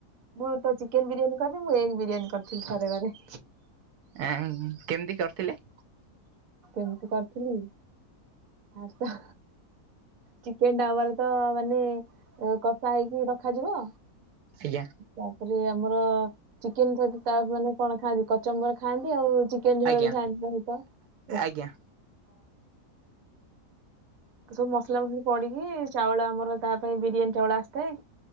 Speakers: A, on the right (about 65°); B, on the right (about 85°).
A: ମୁଁ ତ ଚିକେନ ବିରିୟାନୀ କରିନି ମୁଁ ଏଗ ବିରିୟାନୀ କରିଥିଲି ଥରେ ଘରେ।
B: ଏଁ କେମିତି କରିଥିଲେ?
A: କେମିତି କରିଥିଲି? ଫାଷ୍ଟ ତ ଚିକେନ ଟା ଆମର ତ ମାନେ କଷା ହେଇକି ରଖାଯିବ।
B: ଆଜ୍ଞା।
A: ତାପରେ ଆମର ଚିକେନ ସହିତ ତା ମାନେ କଣ ଖାଆନ୍ତି କଚମ୍ବର ଖାଆନ୍ତି ଆଉ ଚି କେନ୍ ଝୋଳ
B: ଆଜ୍ଞା
A: ବି ଖାଆନ୍ତି ତା ସହିତ ହଁ।
B: ଆଜ୍ଞା
A: ତ ସବୁ ମସଲା ମସଲି ପଡିକି ଚାଉଳ ଆମର ତା ପାଇଁ ବିରିୟାନୀ ଚାଉଳ ଆସିଥାଏ।